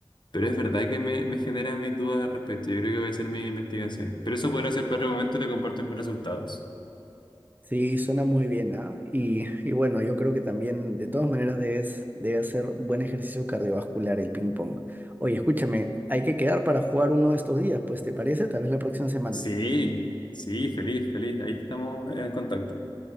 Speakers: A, on the left; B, on the right.
A: Pero es verdad que me, me genera mis dudas al respecto. Yo creo que voy a hacer mi investigación. Pero eso podrá ser para otro momento y te comparto mis resultados.
B: Sí, suena muy bien, ¿ah? Y, y bueno, yo creo que también, de todas maneras, debes, debe hacer buen ejercicio cardiovascular el ping-pong. Oye, escúchame, hay que quedar para jugar uno de estos días, pues, ¿te parece? Tal vez la próxima semana.
A: Sí, sí, feliz, feliz. Ahí estamos en contacto.